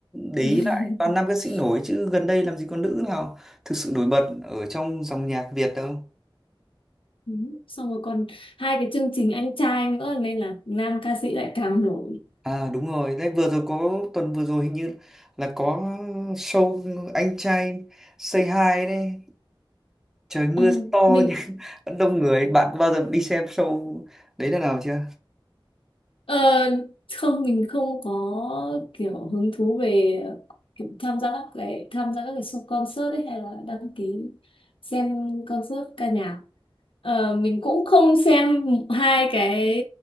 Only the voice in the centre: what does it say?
để
ý lại toàn nam ca sĩ nổi chứ gần đây làm gì có nữ nào thực sự nổi bật ở trong dòng nhạc Việt đâu
À đúng rồi, đấy vừa rồi có tuần vừa rồi hình như là có show anh trai Say Hi đấy, trời mưa
rất to
nhưng <laughs> vẫn đông người, bạn có bao giờ đi xem show đấy lần nào chưa?